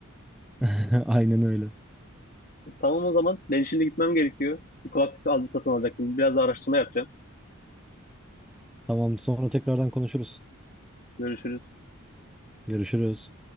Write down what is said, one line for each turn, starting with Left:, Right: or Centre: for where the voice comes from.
Centre: <laughs> Aynen öyle.
Left: <laughs> Tamam o zaman ben şimdi gitmem gerekiyor. Bir kulaklık alıcı satın alacaktım. Biraz da araştırma yapacağım.
Centre: Tamam sonra tekrardan konuşuruz.
Left: Görüşürüz.
Centre: Görüşürüz.